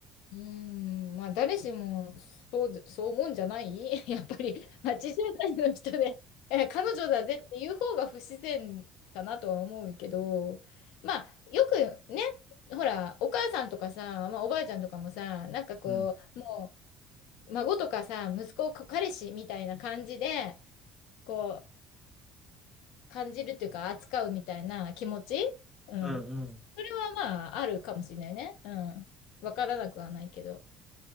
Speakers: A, on the left; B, in the centre.
A: うーん、まあ誰しもそうで、そう思うんじゃない <laughs> やっぱり80代の人で、え、彼女だぜっていう方が不自然かなとは思うけど、まあよくね、ほら、お母さんとかさ、まあ、おばあちゃんとかもさ、なんかこう、
B: うん。
A: もう孫とかさ、息子、こ彼氏みたいな感じで、こう、感じるっていうか扱うみたいな気持ちうん。
B: うんうん。
A: それはまああるかもしれないね。うん。わからなくはないけど。